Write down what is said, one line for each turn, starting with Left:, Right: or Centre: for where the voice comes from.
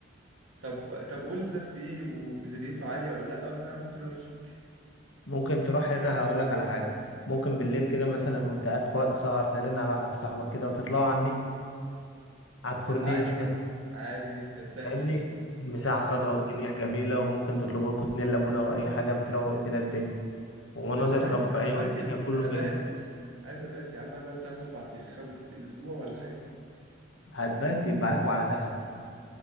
Right: طب طب قول لي طب في ايه وميزانيته عاليه ولا لا وانا ممكن اقول لك
Left: ممكن تروح هنا هقول لك على حاجه ممكن بالليل كده مثلا وانت قاعد في وقت سهر ترن على واحد صاحبك كده وتطلعوا على النيل على الكورنيش
Right: آه، عادي جدا
Left: مثلا
Right: عادي جدا سهله
Left: فاهمني
Right: دي
Left: المساحه
Right: سهل
Left: خضراء والدنيا جميله وممكن تطلبوا لكم اتنين ليمونه او اي حاجه بتروق كده الدنيا ومناظر
Right: بس انا عايز
Left: طبيعيه
Right: اماكن
Left: والدنيا كله
Right: ابات
Left: جميل
Right: عايز ابات يا عم عايز اقعد 3 4 ايام 5 اسبوع ولا حاجه
Left: هتبات يبقى عليكم على دهب